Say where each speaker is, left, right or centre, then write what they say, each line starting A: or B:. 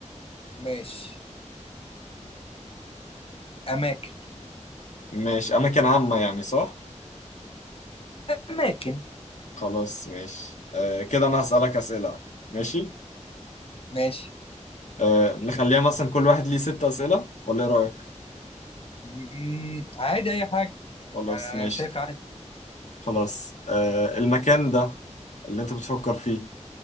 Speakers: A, on the left; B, on the left.
A: ماشي اماكن
B: ماشي أماكن عامة يعني صح؟
A: اماكن
B: خلاص ماشي آه، كده أنا هسألك أسئلة ماشي
A: ماشي
B: آه، نخليها مثلا كل واحد ليه ست أسئلة ولا إيه رأيك؟
A: مم، عادي اي حاجه
B: خلاص
A: يعني انا
B: ماشي
A: شايف عادي
B: خلاص آه، المكان ده اللي أنت بتفكر فيه